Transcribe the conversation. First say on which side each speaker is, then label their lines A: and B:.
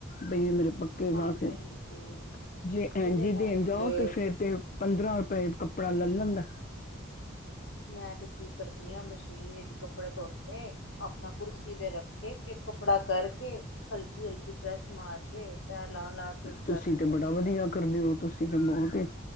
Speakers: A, on the left; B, on the left.
A: ਬਈ ਏ ਮੇਰੇ ਪੱਕੇ
B: ਹਾਂਜੀ
A: ਗਾਹਕ ਹੈ,
B: ਹਾਂਜੀ
A: ਜੇ ਐਂ
B: ਉਹ ਤੇ
A: ਜੀ
B: ਹੈ
A: ਦੇਣ
B: ਹੀ
A: ਜਾਓ
B: ਏ
A: ਤੇ ਫੇਰ ਤੇ ਪੰਦਰਾਂ ਰੁਪਏ ਕੱਪੜਾ ਲੈ ਲੈਂਦਾਂ ਐ‌।
B: ਮੈਂ ਤੇ ਕੀ ਕਰਦੀ ਆ ਮਸ਼ੀਨ ਵਿਚ ਕੱਪੜੇ ਧੋਤੇ, ਆਪਣਾ ਕੁਰਸੀ ਤੇ ਰੱਖੇ ਤੇ ਕੱਪੜਾ ਕਰਕੇ ਹਲਕੀ-ਹਲਕੀ ਪ੍ਰੈੱਸ ਮਾਰ ਕੇ, ਤੈਅ ਲਾਹ ਲਾ ਕੇ
A: ਤੁਸੀਂ
B: ਕਰਦੀ
A: ਤੇ
B: ਰਹਿੰਦੀ
A: ਬੜਾ ਵਧੀਆ
B: ਆ।
A: ਕਰਦੇ ਹੋ, ਤੁਸੀਂ ਤੇ ਬਹੁਤ